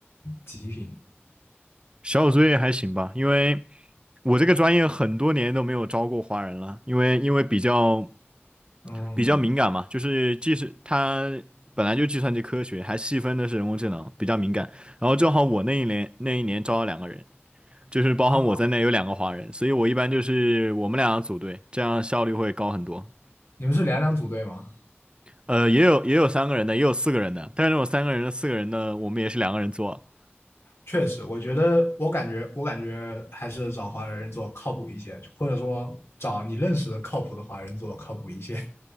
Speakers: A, on the left; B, on the right.
A: 极品？
B: 小组作业还行吧，因为。我这个专业很多年都没有招过华人了，因为因为比较
A: 嗯，
B: 比较敏感嘛，就是即使它本来就计算机科学，还细分的是人工智能，比较敏感。然后正好我那一年那一年招了两个人，就是包含我在内有两个华人，
A: 哦，
B: 所以我一般就是我们俩组队，这样效率会高很多。
A: 你们是两两组队吗？
B: 呃，也有也有三个人的，也有四个人的，但是那种三个人的、四个人的，我们也是两个人做。
A: 确实，我觉得我感觉我感觉还是找华人做靠谱一些，或者说找你认识的靠谱的华人做靠谱一些。